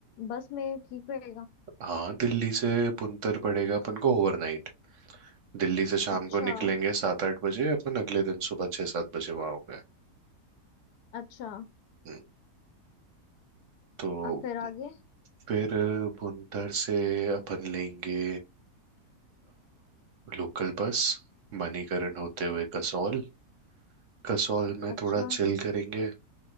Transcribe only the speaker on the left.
बस में ठीक रहेगा
अच्छा
अच्छा
अब फिर आगे
अच्छा